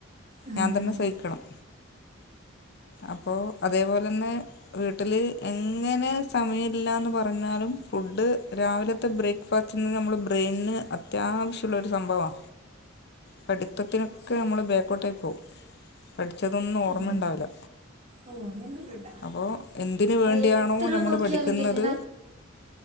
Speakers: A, on the right (about 35°); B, on the left (about 55°).
A: ഉം
B: ഞാൻ തന്നെ സഹിക്കണം അപ്പോൾ അതേപോലെ തന്നെ വീട്ടില് എങ്ങനെ സമയില്ലന്ന് പറഞ്ഞാലും- ഫുഡ് രാവിലത്തെ ബ്രേക്ക്ഫാസ്റ്റ് നിന്ന് നമ്മളെ ബ്രെയിന് അത്യാവശ്യമുള്ളൊരു സംഭവാ പഠിത്തത്തിനൊക്കെ നമ്മള് ബേക്ക്ഔട്ടയി പോവും പഠിച്ചതൊന്നും ഓർമ്മ
A: ഉം
B: ണ്ടാവില്ല.
A: ഓ അങ്ങനെല്ലാം ഉണ്ടാ
B: അപ്പോൾ എന്തിന് വേണ്ടിയാണോ
A: എത്ര
B: ഞമ്മള്
A: നോക്കിയാലെങ്കിലും
B: പഠിക്കുന്നത്